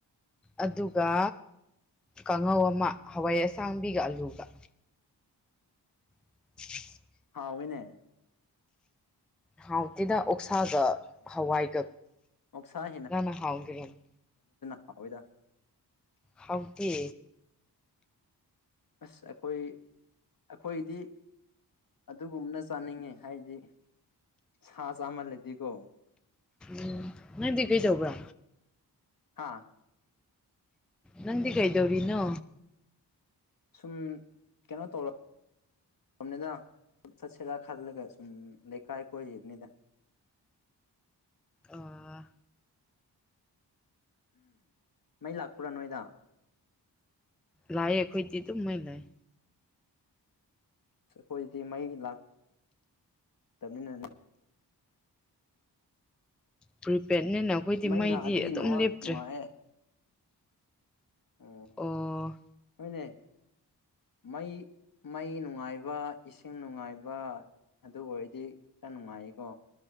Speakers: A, in the centre; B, on the left.
A: ꯑꯗꯨꯒ ꯀꯥꯡꯉꯧ ꯑꯃ ꯍꯋꯥꯏ ꯑꯁꯥꯡꯕꯤꯒ ꯑꯂꯨꯒ <unintelligible>
B: ꯍꯥꯎ ꯑꯣꯏꯅꯦ
A: ꯍꯥꯎꯗ ꯑꯣ ꯁꯥꯒ ꯍꯋꯥꯏꯒ
B: ꯑꯣꯛꯁꯥ
A: ꯉꯅ ꯍꯥꯎꯈꯤꯔꯅꯤ
B: ꯍꯥꯎꯣꯏꯗ
A: ꯍꯧꯥꯎꯗꯤ
B: ꯑꯁ ꯑꯩꯈꯣꯏ ꯑꯩꯈꯣꯏꯗꯤ ꯑꯗꯨꯒꯨꯝꯅ ꯆꯥꯅꯤꯡꯉꯦ ꯍꯥꯏꯗꯤ ꯁꯥ ꯆꯥꯃꯜꯂꯗꯤꯀꯣ
A: ꯎꯝ ꯅꯪꯗꯤ ꯀꯩꯖꯧꯕ꯭ꯔ
B: ꯍꯥꯥ
A: ꯅꯪꯗꯤ ꯀꯩꯗꯧꯔꯤꯅꯣ
B: ꯁꯨꯝ ꯀꯩꯅꯣ ꯇꯧꯔ ꯇꯔꯕꯅꯤꯗ ꯆꯠꯁꯤꯔꯥ ꯈꯜꯂꯒ ꯁꯨꯝ ꯂꯩꯀꯥꯏ ꯀꯣꯏꯔꯤꯕꯅꯤꯗ
A: ꯑꯥ
B: ꯃꯩ ꯂꯥꯛꯄ꯭ꯔꯥ ꯅꯣꯏꯗ
A: ꯂꯑꯌꯦꯦꯈꯣꯏꯗꯤ ꯇ ꯃꯣꯏ ꯂꯩ
B: ꯑꯩꯈꯣꯏꯁꯤꯗꯤ ꯃꯩ ꯂꯥꯛꯇꯕꯅꯤꯅꯅꯦ
A: ꯐ ꯄꯦꯠꯅꯤꯅ ꯑꯩꯈꯣꯏꯗꯤ
B: ꯃꯩ
A: ꯃꯩꯗꯤ
B: ꯂꯥꯛꯑꯗꯤ
A: ꯑꯗꯨꯝ
B: ꯅꯦꯠꯋꯥꯛ
A: ꯂꯦꯞꯇ꯭ꯔꯦ
B: ꯅꯨꯡꯉꯥꯏꯌꯦ ꯑ
A: ꯑꯣ
B: ꯍꯅꯦ ꯃꯩ ꯃꯩ ꯅꯨꯡꯉꯥꯏꯕ ꯏꯁꯤꯡ ꯅꯨꯡꯉꯥꯏꯕ ꯑꯗꯨ ꯑꯣꯏꯔꯗꯤ ꯈꯔ ꯅꯨꯡꯉꯥꯏꯌꯦꯀꯣ